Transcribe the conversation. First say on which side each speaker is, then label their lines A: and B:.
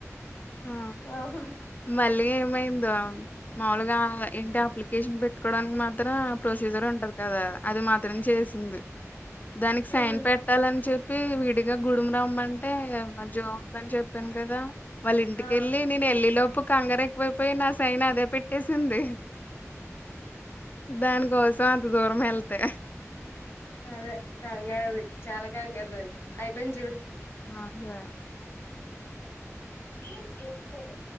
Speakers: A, on the left (about 30°); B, on the left (about 45°).
A: ఆ
B: ఆవు
A: మళ్ళీ ఏమైందో మాములుగా ఏంటి అప్లికేషన్ పెట్టుకోవడానికి మాత్రం ప్రొసీజర్ ఉంటది కదా అది మాత్రం చేసింది దానికి సైన్
B: ఉమ్
A: పెట్టాలని చె పి వీడి ఇక గుడుము రామ్మ అంటే అ జో అని చెప్పాను కదా వాళ్ళ ఇంటికెళ్ళి
B: ఆ
A: నేను వెళ్లి లో ఇప్పు కంగారు ఎక్కువైపోయి నా సైన్ అదే పెట్టేసింది దాని కోసం అంత దూరం ఎల్ తే
B: అదే కాంగారుది చాలా కాంగారుదంది అయిపోయింది చూడు
A: అబో
B: ఏంచేస్తారు